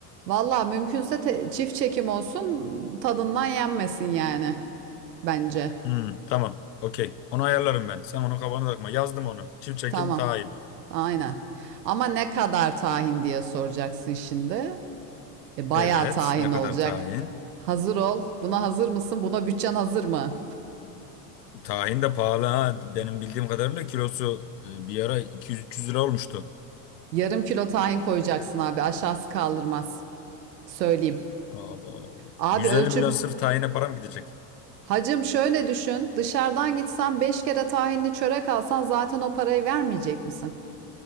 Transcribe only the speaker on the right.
Valla mümkünse te- çift çekim olsun tadından yenmesin yani bence.
Tamam.
Aynen. Ama ne kadar tahin diye soracaksın şimdi. E, bayağı
tahin
olacak.
Hazır ol. Buna hazır mısın? Buna bütçen hazır mı?
Yarım kilo tahin koyacaksın abi. Aşağısı kaldırmaz. Söyleyeyim.
Abi
ölçü...
Hacım şöyle düşün. Dışarıdan gitsen 5 kere tahinli çörek alsan zaten o parayı vermeyecek misin?